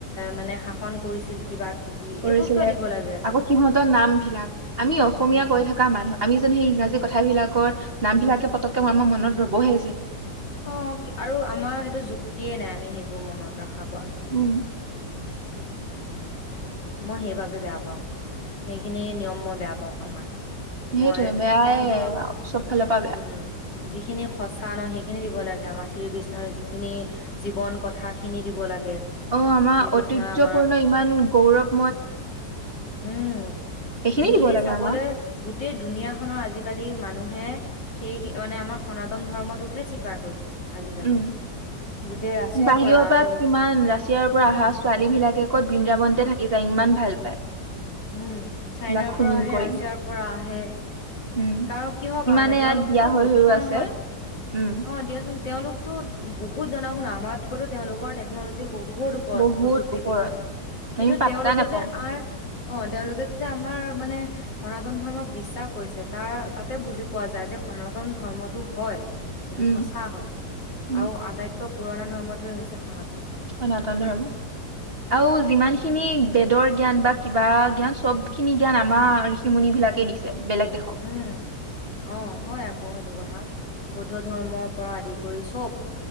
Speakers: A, on the left; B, on the right.
A: মানে শাসন কৰিছিল কিবা কিবি
B: কৰিছিলে।
A: এইবোৰ কিয় দিব লাগে?
B: আকৌ সিহঁতৰ নাম বিলাক আমি অসমীয়া
A: উম,
B: কৈ থকা মানুহ আমি যেন সেই ইংৰাজী কথাবিলাকৰ নামবিলাকে পটতকে ম-ম মনত ৰ'বহে যেন।
A: অ আৰু আমাৰ সেইটো যুক্তিয়ে নাই আমি সেইবোৰ মনত ৰাখা। কোৱাচোন?
B: উম
A: মই সেইবাবে বেয়া পাওঁ সেইখিনি নিয়ম মই বেয়া পাওঁ আমাৰ।
B: সেইটোয়ে
A: মই
B: বেয়াই
A: - মই এইবোৰ
B: চব ফালৰ পৰা বেয়া
A: উম যিখিনি সঁচা ন সেইখিনি দিব লাগে আমাৰ শ্ৰীকৃষ্ণৰ যিখিনি জীৱন কথাখিনি দিব লাগে।
B: অ আমাৰ
A: শ্ৰীকৃষ্ণই
B: ঐতিহ্যপূৰ্ণ
A: আমাৰ
B: ইমান গৌৰৱ
A: উম
B: সেইখিনি
A: যিখিনি
B: দিব লাগে
A: চাবলৈ
B: আমাক
A: গোটেই দুুনীয়াখনৰ আজিকালি মানুহে সেই <unintelligible> মানে আমাৰ সনাতন ধৰ্মটোকহে স্বীকাৰ কৰিছে। আজিকালি
B: উ'ম
A: গোটেই ৰাছিয়াৰ
B: বাহিৰৰ পৰা
A: আহে
B: কিমান ৰাছিয়াৰ পৰা
A: উম
B: অহা ছোৱালী বিলাকে। কত বৃন্দাবনে থাকি যায় ইমান ভাল পায়।
A: উম
B: এইবিলাক
A: চাইনাৰ
B: শুনি
A: পৰা আহে
B: কৰি
A: ৰাছিয়াৰ পৰা আহে। হয় <unintelligible>
B: উম
A: কাৰ কিহৰ কাৰণে
B: ইমানে ইয়াত
A: তেওঁলোকতোতো
B: বিয়া হৈ
A: মূৰ্খ
B: হৈও আছে
A: নহয়
B: উম
A: অ দিয়াচোন তেওঁলোকতো। বহুত জনা শুন আমাত কৰো তেওঁলোকৰ টেকনলজি বহুত। বহুত ওপৰত
B: বহুত
A: প্ৰযুক্তিবিদ্যা
B: ওপৰত
A: কিন্তু
B: আমি পাত্তা
A: তেওঁলোকে
B: নাপাওঁ
A: যে আমাৰ। অ তেওঁলোকে যে আমাৰ মানে সনাতন ধৰ্মক বিশ্বাস কৰিছে তাৰ তাতে বুজি পোৱা যায় যে সনাতন ধৰ্মটো হয়। এইটো
B: উম
A: সচা হয়
B: উম
A: আৰু আটাইতকৈ। আটাইতকৈ পুৰণা ধৰ্মটোৱেই হৈছে। সনাতন ধৰ্ম।
B: সনাতন ধৰ্ম আৰু যিমানখিনি। বেদৰ জ্ঞান বা কিবা জ্ঞান সব খিনি জ্ঞান আমাৰ ঋষি মুনি বিলাকে দিছে। বেলেগ দেশক
A: উ'ম অ হয় আকৌ। অ এইটো কথা। বৌদ্ধ ধৰ্মৰ পৰা আদি। কৰি চব।